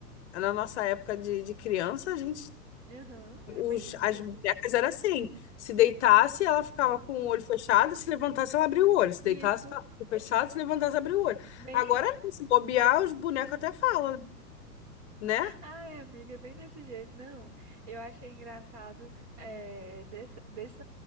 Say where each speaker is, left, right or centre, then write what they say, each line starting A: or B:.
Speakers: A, on the left; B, on the right.
A: na nossa época de, de criança, a gente
B: Aham, é
A: os,
B: bem isso
A: as
B: mesmo.
A: bonecas era assim. Se deitasse, ela ficava com o olho fechado, se levantasse, ela abria o olho. Se
B: Isso.
A: deitasse, ficava com o olho fechado, se levantasse, abria o olho.
B: Bem
A: Agora,
B: isso.
A: não, se bobear, os bonecos até falam, né?
B: Ai, amiga, é bem desse jeito. Não, eu achei engraçado é, desse, desse,